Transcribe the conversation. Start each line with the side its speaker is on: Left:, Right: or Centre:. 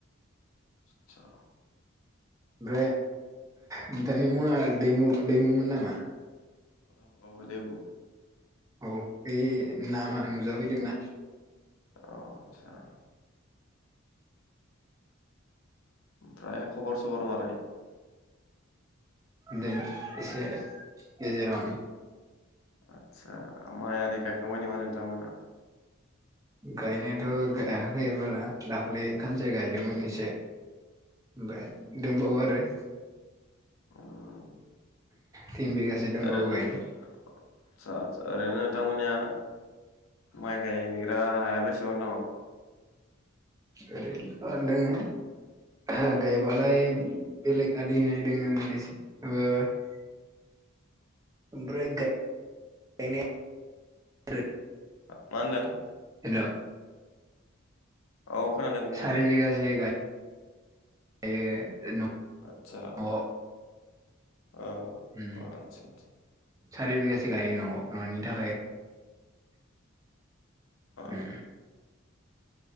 Left: साथसा
Right: <unintelligible> नोंथांनि मुङा दैमु दैमुमोन नामा?
Left: औ औ देमु
Right: औ ए नामा नुजाफैदोंना?
Left: औ आथसा ओमफ्राय खबर सबर मारै?
Right: दों एसे गेजेरावनो।
Left: आथसा माइआरि गायखांबाय नामा नोंथांमोना?
Right: गायनायाथ' गायाखै बारा दाख्लै खानसे गायदोमोन एसे ओफाय दोंबावो आरो।
Left: अ'
Right: तिन बिगासो दंबावो
Left: ओरैनो
Right: गायनो
Left: आथसा आथसा ओरैनो नोंथांमोननिया माइ गायग्रा हाया बेसेबां दङ?
Right: ओरैनो ओ दङो गायबालाय बेलेग आदि होनाय दङो मोननैसो <unintelligible> ओमफ्राय गाय गानाय आरो
Left: मा होनदों?
Right: हेल' <inaudible>
Left: औ खोनादों बुं
Right: <unintelligible>
Left: आदसा
Right: न'आव
Left: औ
Right: उम,
Left: आदसा आदसा
Right: सारि बिगासो गायो न'आव न'नि थाखाय
Left: अ
Right: उम